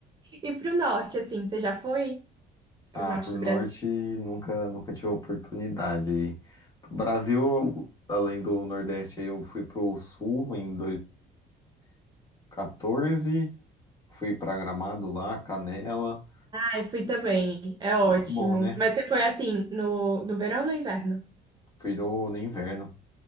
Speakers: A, on the right (about 25°); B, on the left (about 20°).
A: E pro norte, assim, você já foi? Pro
B: Ah,
A: norte
B: pro
A: do
B: norte
A: Brasil?
B: nunca, nunca tive oportunidade aí. Pro Brasil, além do Nordeste, aí eu fui pro Sul em 2014, fui pra Gramado lá, Canela,
A: Ai, fui também, é ótimo.
B: muito bom, né?
A: Mas você foi, assim, no, no verão ou no inverno?
B: Fui no, no inverno.